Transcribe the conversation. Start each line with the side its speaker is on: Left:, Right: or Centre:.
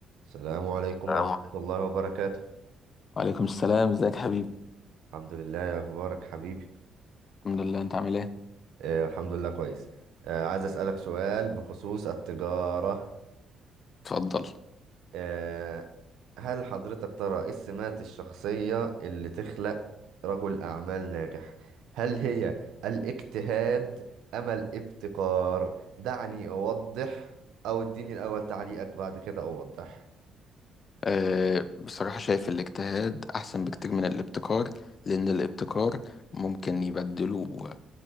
Right: السلام عليكم
Left: السلام
Right: ورحمة
Left: عليكم.
Right: الله وبركاته
Left: وعليكم السلام ازيك يا حبيبي
Right: الحمد لله يا أخبارك حبيبي
Left: الحمد لله انت عامل ايه
Right: آه الحمد لله كويس آه عايز أسألك سؤال بخصوص التجارة
Left: اتفضل
Right: آه هل حضرتك ترى إيه السمات الشخصية اللي تخلق رجل أعمال ناجح هل هي الاجتهاد أم الابتكار دعني أوضح أو اديني الأول تعليقك بعد كده أوضح
Left: أه بصراحة شايف الاجتهاد أحسن بكتير من الابتكار لأن الابتكار ممكن يبدله